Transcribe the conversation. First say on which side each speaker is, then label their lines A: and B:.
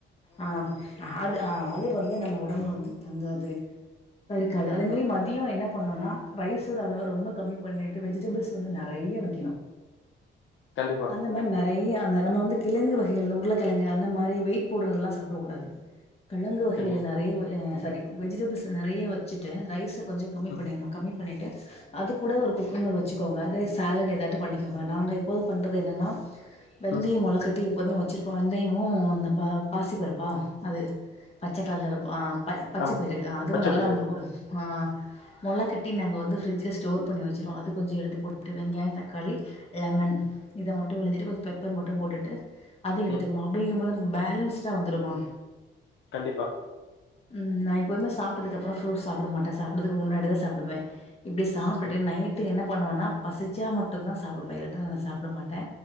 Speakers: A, on the left; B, on the left.
A: ஆ அது ஆ அது வந்து நம்ம ஒடம்புல வந்து தங்காது இப்ப இருக்காது அதேவே மதியோ என்ன பண்ணுன்னா ரைஸ்சோட அளவ ரொம்ப கம்மி பண்ணிட்டு வெஜிடபிள்ஸ் வந்து நெறைய வெக்கணு
B: கண்டிப்பா
A: இந்த மாரி நெறைய அந்த நம்ம வந்து கிழங்கு வகைள இந்த உருளக் கிழங்கு அந்த மாரி வெயிட் போடுறதெல்லா சாப்ட கூடாது கிழங்கு வகைல
B: கண்டிப்பா
A: நெறைய சாரி வெஜிடபிள்ஸ்ச நெறைய வச்சுட்டு ரைஸ்ச கொஞ்ச கம்மி
B: ம்
A: பண்ணிறணு கம்மி பண்ணிட்டு அது கூட ஒரு குக்கும்பர் வச்சுக்கோங்க அதே சேலட் ஏதாது பண்ணிக்கோங்க நாங்க எப்போது பண்றது என்னன்னா வெந்தயம்
B: ம்
A: முளைக்கட்டி எப்போதுமே வச்சுருப்போ வெந்தயமும் அந்த பா பாசிப்பருப்பா அது பச்ச கலர்ல இருக்கு ஆ ப பச்சப்பயிரு
B: ஆமா
A: அதுவு
B: பச்ச
A: நல்லா
B: பயிறு
A: ம் ஆ மொல கட் டி நாங்க வந்து ஃப்ரிஜ்ல ஸ்டோர் பண்ணி வச்சுருவோ அது கொஞ்ச எடுத்து போட்டு வெங்காய தக்காளி லெமன் இத மட்டு விழுஞ்சிட்டு கொஞ்ச பெப்பர் மட்டு போட்டுட்டு அதுயு எடுத்துக்குவோ
B: ம்
A: அப்டிங்கு போதுக்கு பேலன்ஸ்டா வந்துருமா
B: கண்டிப்பா
A: ம் நா எப்வுமே சாப்டது அப்றோ ஃப்ரூட் சாப்ட மாட்டே சாப்பறதுக்கு முன்னாடி தா சாப்புடுவே இப்புடி சாப்புட்டுட்டு
B: சூப்பர்
A: நைட்டு என்ன பண்ணுவோன்னா பசிச்சா மட்டுதா சாப்புடுவே இல்லாட்ட நா சாப்புட மாட்டே